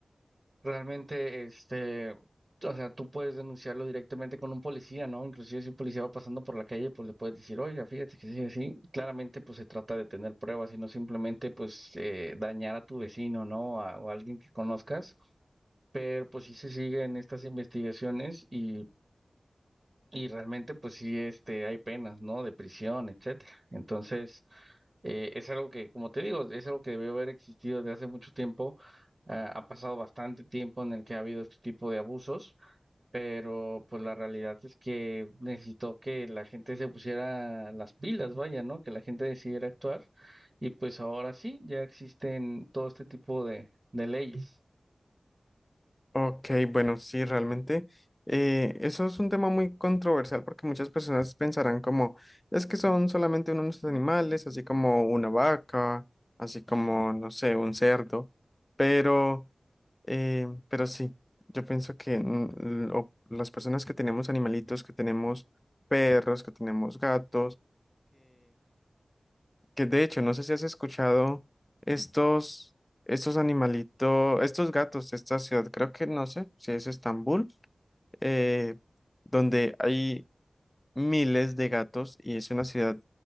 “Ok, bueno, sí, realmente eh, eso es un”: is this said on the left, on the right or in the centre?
Left